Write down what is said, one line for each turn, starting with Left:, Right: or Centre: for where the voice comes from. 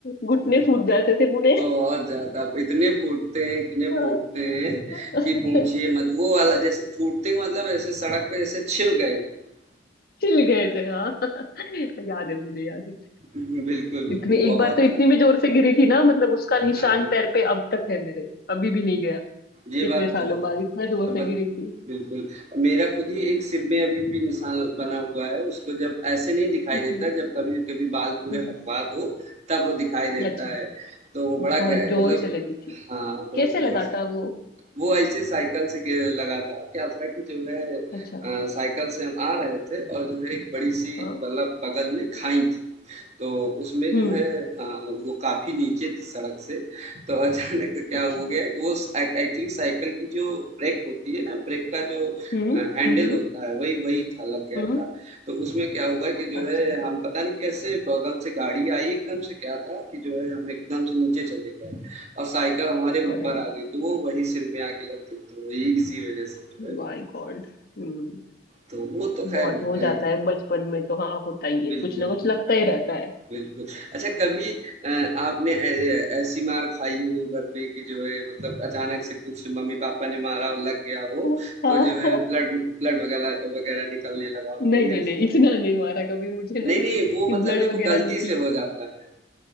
Left: घुटने
Right: बिल्कुल।
Left: फूट जाते थे पूरे
Right: बहुत ज़्यादा, इतने फूटते हैं, इतने
Left: हाँ।
Right: फूटते हैं
Left: <laughs>
Right: कि पूछिए मत। वो वाला जैसे फूटते का मतलब ऐसे सड़क पे जैसे छिल गए। <laughs>
Left: छिल गए थे हाँ <laughs> याद है मुझे याद है
Right: बिल्कुल, बिल्कुल,
Left: इतनी
Right: बहुत
Left: एक बार तो इतनी
Right: ज़्यादा।
Left: में जोर से गिरी थी ना मतलब उसका निशान
Right: हाँ, हाँ,
Left: पैर पे अब तक है मेरे अभी भी नहीं गया
Right: ये
Left: इतने
Right: बात
Left: सालों
Right: तो है।
Left: बाद इतना जोर
Right: अब
Left: से
Right: बत
Left: गिरी थी
Right: बिल्कुल, मेरा खुद ही एक सिर में अभी भी निशान बना हुआ है, उसको जब ऐसे नहीं दिखाई
Left: हम्म,
Right: देता, जब कभी-कभी बाल पूरे
Left: हम्म,
Right: हटवा दो, तब वो दिखाई
Left: हम्म।
Right: देता
Left: अच्छा
Right: है। तो वो बड़ा
Left: बहुत
Right: गह मतलब
Left: जोर से लगी
Right: हाँ, बहुत
Left: कैसे
Right: जोर
Left: लगाता
Right: से
Left: है वो
Right: वो ऐसे साइकिल से ग लगा था। क्या था कि जो है अ,
Left: अच्छा
Right: साइकिल से हम आ रहे थे और जो है एक बड़ी-सी
Left: हाँ
Right: मतलब बगल में खाई थी। तो उसमें
Left: हम्म
Right: जो है हाँ, वो काफ़ी नीचे थी सड़क से, तो अचानक से क्या
Left: अच्छा
Right: हो गया कि वो स ए एक्चुअली साइकिल की जो ब्रेक होती है ना, ब्रेक का जो
Left: हम्म
Right: अ, हैंडल
Left: हम्म हम्म
Right: होता है, वही वही था, लग गया
Left: हम्म,
Right: था। तो उसमें क्या हुआ कि जो
Left: अच्छा
Right: है हम पता नहीं कैसे बगल से गाड़ी आई एकदम से क्या था कि जो है हम एकदम से नीचे चले गए। और साइकिल हमारे ऊपर
Left: अरे
Right: आ गई तो वो वही सिर में आके लग गई तो वही इसी वजह से जो है
Left: माय गॉड हम्म
Right: तो वो तो खैर
Left: बहुत
Right: होता
Left: हो
Right: ही
Left: जाता
Right: था
Left: है बचपन में तो हाँ होता ही
Right: बिल्कुल
Left: है कुछ ना कुछ लगता ही रहता है
Right: बिल्कुल अच्छा कभी अ, आपने ऐ- ऐसी मार खाई हो घर में कि जो है मतलब अचानक से कुछ मम्मी पापा ने मारा और लग गया हो
Left: हाँ
Right: तो जो है ब्लड ब्लड वगैरह वगैरह निकलने लगा हो
Left: नहीं
Right: कभी
Left: नहीं
Right: ऐसा
Left: नहीं इतना नहीं मारा कभी मुझे नहीं
Right: नहीं नहीं
Left: कि
Right: वो मतलब
Left: ब्लड
Right: नहीं
Left: वगैरह
Right: वो गलती
Left: निकले
Right: से हो जाता है